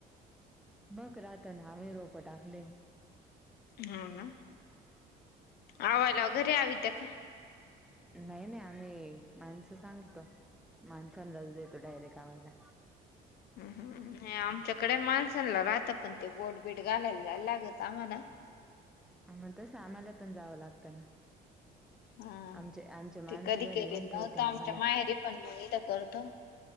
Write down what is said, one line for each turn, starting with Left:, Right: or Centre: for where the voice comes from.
Centre: मग रहातना, आम्ही रोपं टाकले.
Left: हा ना, आवाला घरी अवित्या काय?
Centre: नाही नाही, आम्ही माणसं सांगतो, माणसांना देतो डायरेक्ट लावायला.
Left: ह ह्, नाही आमच्याकडे माणसांला राहतं पण ते बोट बीट घालायला जायला लागत आम्हाला
Centre: अन् मग तस आम्हाला पण जावं लागतं ना,
Left: हा,
Centre: आमचे आमचे
Left: ते
Centre: माणसं
Left: कधी
Centre: घरी
Left: केलेलं
Centre: नेऊन ठेवते
Left: नव्हतं
Centre: आम्हाला.
Left: आमच्या माहेरी पण मग इथ करतो